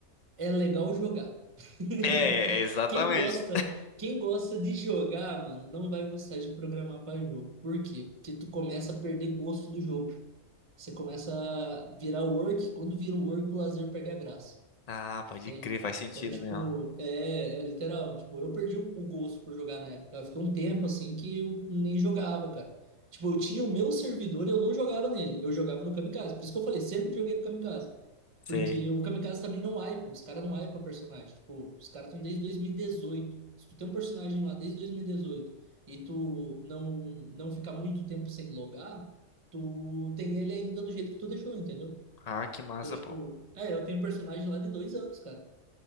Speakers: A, on the right (about 25°); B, on the left (about 80°).
A: É legal jogar. <laughs>
B: É, exatamente.
A: Quem gosta, quem gosta de jogar, mano, não vai gostar de programar para jogo. Por quê? Porque tu começa a perder gosto do jogo. Você começa a virar o work, quando vira o work, o lazer perde a graça,
B: Ah, pode
A: entende?
B: crer, faz sentido
A: Então, tipo,
B: mesmo.
A: é, é literal. Tipo, eu perdi o o gosto por jogar na época. Eu Ficou um tempo assim que eu nem jogava, cara. Tipo, eu tinha o meu servidor e eu não jogava nele. Eu jogava no Kamikaze. Por isso que eu falei, sempre joguei no Kamikaze.
B: Sei.
A: Porque o Kamikaze também não wipa, os caras não wipam personagem. Tipo, os caras estão desde 2018. Se tu tem um personagem lá desde 2018 e dezoito e tu não, não ficar muito tempo sem logar, tu tem ele ainda do jeito que tu deixou, entendeu?
B: Ah, que massa,
A: Então, tipo,
B: pô.
A: é, eu tenho um personagem lá de dois anos, cara,